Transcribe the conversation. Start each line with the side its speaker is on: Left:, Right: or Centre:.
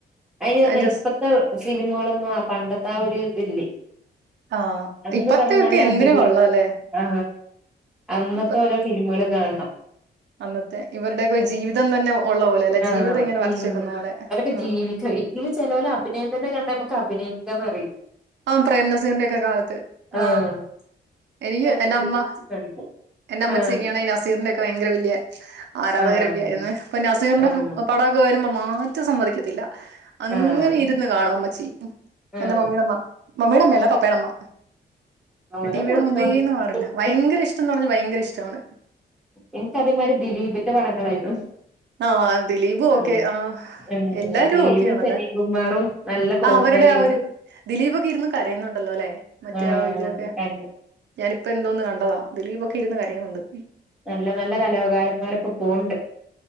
Centre: അയിന് പറഞ്ഞാ
Right: ജസ്റ്റ്
Centre: ഇപ്പത്തെ ഫിലിമുകളൊന്നും ആ പണ്ടത്തെ ആ ഒരു <unintelligible>
Right: ആ
Centre: അന്ന്
Right: ഇപ്പത്തെ
Centre: പറഞ്ഞ
Right: ഒക്കെ
Centre: നല്ല അടിപൊളി
Right: എന്തിന് കൊള്ളാല്ലേ
Centre: ആ അന്നത്തെ
Right: ഇപ്പ
Centre: ഓരോ ഫിലിമുകൾ കാണണം
Right: അന്നത്തെ ഇവരുടെയൊക്കെ ജീവിതം തന്നെ ഉള്ള പോലെ അല്ലെ
Centre: ആ
Right: ജീവിതം ഇങ്ങനെ
Centre: ഉം
Right: വരച്ച് വെക്കുന്ന പോലെ
Centre: അതൊക്ക
Right: ആ
Centre: ജീവിക്ക ഇതില് ചേലോലെ അഭിനയം തന്നെ കണ്ട നമ്മ അഭിനയിക്കാ പറി
Right: ആ പ്രേം നസീറിന്റെൊക്കെ കാലത്ത് ആ
Centre: ആഹ്
Right: എനിക്ക്
Centre: മറ്റോലൊക്കെ
Right: എന്റെറെ
Centre: ജീവിച്ച്
Right: അമ്മ
Centre: കാണിക്കും
Right: എന്റെറെ അമ്മച്ചി
Centre: ആഹ്
Right: എങ്ങാണ് നസീറിന്റെ ഒക്കെ ഭയങ്കര വലിയ ആരാധകരൊക്കെ
Centre: ആഹ്
Right: ആായിരുന്നു അപ്പൊ നാ സിറിന്റെ
Centre: ആഹ്
Right: പാടാഒക്കെ വെ മാറ്റം സമ്മതിക്കത്തില്ല അങ്ങനെ
Centre: ആഹ്
Right: ഇരുന്ന് കാണും അമ്മച്ചീ
Centre: ആഹ്
Right: എൻന്റെ മമ്മിയുടെ അമ്മ മമ്മിയടമ്മല്ല പപ്പാടമ്മ
Centre: ഓരോ
Right: ടി വിടെ
Centre: കൊടുത്ത
Right: മുമ്പീന്
Centre: ഓരോരുത്തർക്ക്
Right: മാറില്ല ഭയങ്കര ഇഷ്ടം എന്ന് പറഞ്ഞാൽ ഭയങ്കര ഇഷ്ടാണ്
Centre: എനിക്ക് അതേമാരി ദിലീപിന്റെ പടങ്ങളായിരുന്നു
Right: ആ ദിലീപും ഓക്കെ
Centre: ഉം
Right: ആ
Centre: ഉം
Right: എല്ലാരും
Centre: ദിലീപും
Right: ഓക്കെയണല്ലേ
Centre: സലീം കുമാറും നല്ല കോംബോ
Right: ആ അവരുടെ
Centre: അല്ലേനു
Right: ആ ഒരു ദിലീപൊക്കെ ഇരുന്ന് കരയുന്നുണ്ടല്ലോ അല്ലെ മറ്റേ
Centre: ആഹ്
Right: ആ ഇതിലൊക്കെ
Centre: കണ്ട്
Right: ഞാനിപ്പ എന്തോന്ന് കണ്ടതാ ദിലീപൊക്കെ ഇന്ന് കരയുന്നുണ്ട്
Centre: നല്ല നല്ല കലാകാരന്മാരൊക്കെ പൊന്നിണ്ട്